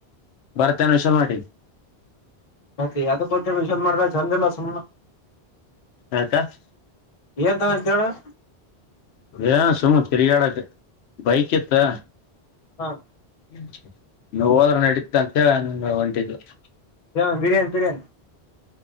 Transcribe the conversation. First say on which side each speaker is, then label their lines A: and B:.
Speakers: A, on the left; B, on the left.
A: ಬರ್ತ್ತನ್ ವಿಷಲ್ ಮಾಡಟಿ
B: ಮತ್ತೆ ಅದ ಗೊತ್ತ ವಿಷದ ಮಾಡ್ದ ಚಂದಿಲ್ಲ ಸುಮ್ಮ
A: ಆತಾ <inaudible>
B: ಎಂತ ಅಂತ ಹೇಳ <inaudible>
A: ಏನ್ ಸುಮ್ ತಿರ್ಗಾಡಕ್ ಬೈಕ್ ಎತ್ತ <inaudible>
B: ಹಾ <inaudible>
A: ಹ್ಚ್ ನೀ ಹೋದ್ರ ನಡತ ಅಂತ ಹೇಳ ನಂಗ ಹೊಂಟಿದ್ದು <inaudible>
B: ಜ ಬಿರಿಯಾನಿ ಬಿರಿಯಾನಿ